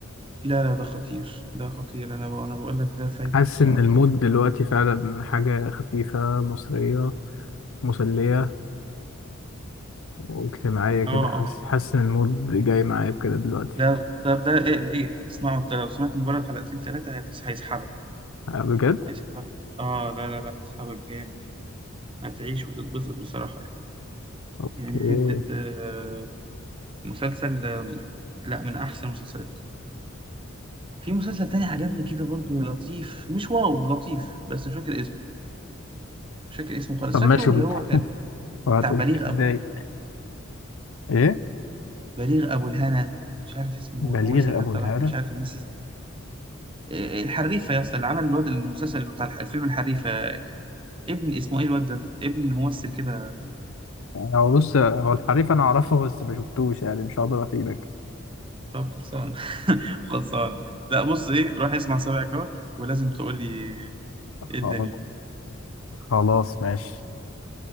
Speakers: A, on the right (about 25°); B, on the left (about 75°).
A: لا لا ده خطير ده خطير أنا بقول أنا بقول لك ده فايتك
B: حاسس
A: بصراحة
B: إن المود دلوقتي فعلا حاجة خفيفة مصرية مسلية واجتماعية كده
A: اه اه
B: حاسس
A: آه.
B: حاسس إن المود جاي معايا بكده دلوقتي
A: ده ده ده إيه إيه اسمعه أنت لو سمعت مجرد حلقتين تلاتة هتس- هيسحبك
B: آه، بجد
A: هيسحبك اه لا لا لا هيسحبك جامد هتعيش وتتبسط بصراحة يعني
B: أوكي
A: يعني حتة آه، مسلسل آم، لا من احسن المسلسلات في مسلسل تاني عجبني كده برضو لطيف مش واو لطيف بس مش فاكر اسمه مش فاكر اسمه خالص
B: طب
A: فاكره
B: ماشي وبت-
A: اللي هو كان
B: وهتقول
A: بتاع بليغ
B: لي
A: ابو
B: إزاي
A: الهنا
B: إيه
A: بليغ ابو الهنا مش عارف اسمه
B: بليغ
A: الممثل حتى
B: أبو الهالة
A: راح مش عارف ناسي اسمه. إيه، إيه، الحريفه يا اسطى اللي عمل الواد المسلسل بتاع الح- الفيلم الحريفه ابن اسمه ايه الواد ده ابن الممثل كده
B: هو بص هو الحريف انا اعرفه بس ما شفتوش يعني مش هقدر افيدك
A: طب خلصان <laughs> خلصان لا بص ايه روح اسمع سبع جار ولازم تقول لي ايه الدنيا
B: خلاص خلاص، ماشي